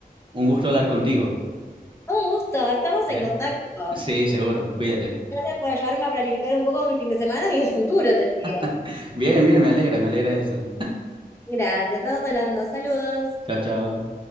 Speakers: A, on the right; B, on the left.
A: un gusto hablar contigo,
B: Un gusto, estamos
A: ¿eh?
B: en contacto.
A: Sí, seguro. Cuídate.
B: Gracias por ayudarme a planificar un poco mi fin de semana y el futuro, te digo.
A: <laughs> Bien, bien, me alegra, me alegra eso.
B: Gracias, estamos hablando. Saludos.
A: Chao, chao.